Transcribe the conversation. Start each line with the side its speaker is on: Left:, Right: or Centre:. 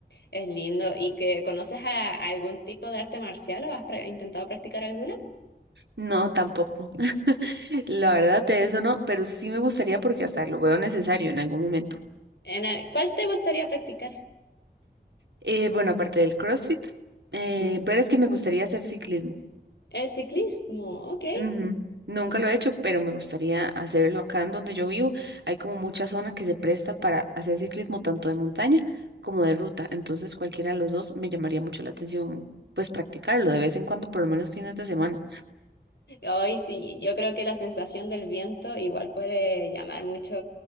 Left: Es lindo. ¿Y que conoces a, a algún tipo de arte marcial o has pra- intentado practicar alguna?
Right: No, tampoco. <laughs> La verdad de eso no, pero sí me gustaría porque hasta lo veo necesario en algún momento.
Left: En el- ¿cuál te gustaría practicar?
Right: Eh, bueno, aparte del CrossFit, eh,
Left: Ujú.
Right: ver es que me gustaría hacer ciclismo.
Left: El ciclismo, ok.
Right: Ujú. Nunca lo he hecho, pero me gustaría hacerlo acá en donde yo vivo. Hay como muchas zonas que se prestan para hacer ciclismo tanto de montaña como de ruta. Entonces, cualquiera de los dos me llamaría mucho la atención, pues practicarlo de vez en cuando, por lo menos fines de semana.
Left: Hoy sí, yo creo que la sensación del viento igual puede llamar mucho